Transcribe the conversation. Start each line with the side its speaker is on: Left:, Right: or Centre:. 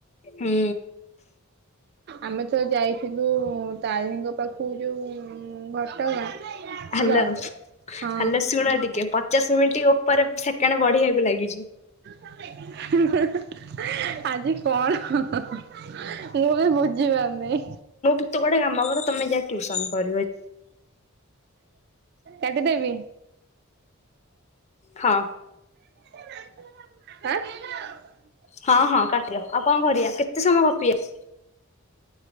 Left: ହୁଁ।
Right: ଆମେ ଥରେ ଯାଇଥିଲୁ ତାରିଣୀଙ୍କ ପାଖକୁ ଯୋଉ ଉଁ ଘଟଗାଁ। ହେଲା।
Left: ହାଲୋ
Right: ହଁ
Left: ହାଲୋ ଶୁଣ ଟିକେ ପଚାଶ ମିନଟି ଓପରେ ସେକେଣ୍ଡ ବଢିବାକୁ ଲାଗି
Right: ହାଁ ହାଁ ହାଁ ଆଜି କଣ? ମୁଁ ବି ବୁଝି ପାରୁନେଇ।
Left: ତୁ ଗୋଟେ କାମ କର ତମେ ଯା ଟ୍ୟୁସନ କରି
Right: କାଟିଦେବି?
Left: ହଁ।
Right: ଆଁ?
Left: ହଁ ହଁ କାଟିଦିଅ ଆଉ କଣ କରିଆ କେତେ ସମୟ ଗପିଆ?